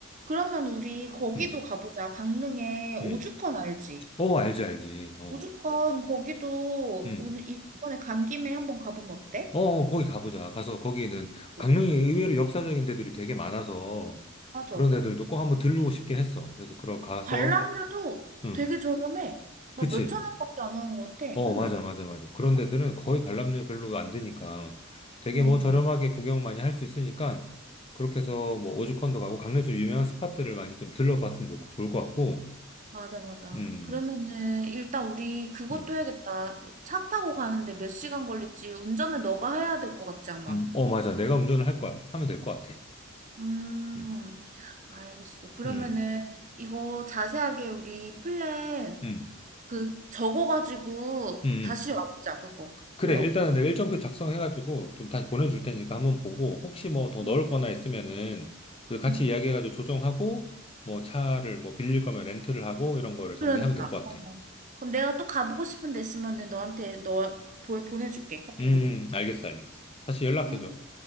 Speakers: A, on the right; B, on the left.
A: 그러면 우리 거기도
B: 음,
A: 가보자. 강릉에
B: 음.
A: 오죽헌 알지?
B: 어, 알지, 알지. 어.
A: 오죽헌 거기도
B: 음.
A: 오늘 이번에 간 김에 한번 가보면 어때?
B: 어, 어, 거기 가보자. 가서 거기는
A: 네.
B: 강릉이 의외로 역사적인 데들이 되게 많아서
A: 맞아.
B: 그런 데들도 꼭 한번 들르고 싶긴 했어. 그래서 그러 가서,
A: 관람료도
B: 응,
A: 되게 저렴해. 막
B: 그치.
A: 몇천 원밖에 안 하는 것 같아.
B: 어,
A: 응.
B: 맞아, 맞아, 맞아. 그런
A: 막,
B: 데들은 거의 관람료 별로 안 드니까 되게
A: 음,
B: 뭐 저렴하게 구경 많이 할 수 있으니까 그렇게 해서 뭐 오죽헌도 가고 강릉 좀 유명한 스팟들을 많이 좀 들러봤으면 좋, 좋을 것 같고,
A: 맞아, 맞아.
B: 음,
A: 그러면은 일단 우리 그것도
B: 음,
A: 해야겠다. 차 타고 가는데 몇 시간 걸릴지 운전을 너가 해야 될 것 같지, 아마.
B: 음, 어, 맞아. 내가 운전을 할 거야. 하면 될 것 같아.
A: 음,
B: 음,
A: 알겠어. 그러면은
B: 음,
A: 이거 자세하게 우리 플랜
B: 음,
A: 그 적어가지고
B: 음.
A: 다시
B: 음.
A: 와보자 그거
B: 그래,
A: 보러.
B: 일단은 내가 일정표 작성해가지고 좀 다시 보내줄 테니까 한번 보고 혹시 뭐 더 넣을
A: 응,
B: 거나 있으면은 우리 같이
A: 응.
B: 이야기해가지고 조정하고 뭐 차를 뭐 빌릴 거면 렌트를 하고 이런 거를 정리하면
A: 그러니까.
B: 될 것
A: 어.
B: 같아.
A: 그럼 내가 또 가보고 싶은 데 있으면은 너한테 너 보, 보내줄게 카톡으로.
B: 음, 알겠어, 알겠어. 다시 연락해줘.
A: 응.